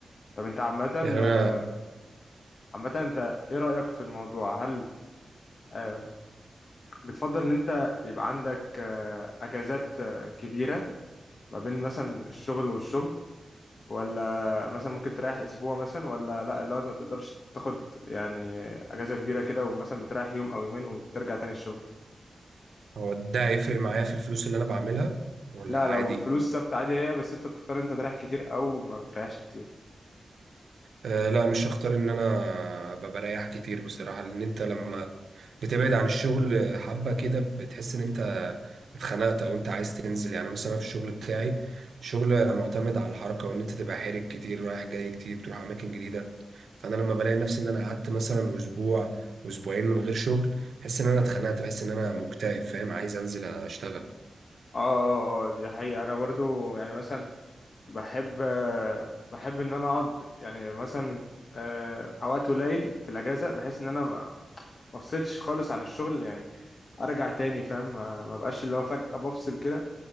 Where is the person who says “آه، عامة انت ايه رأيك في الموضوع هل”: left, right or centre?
Left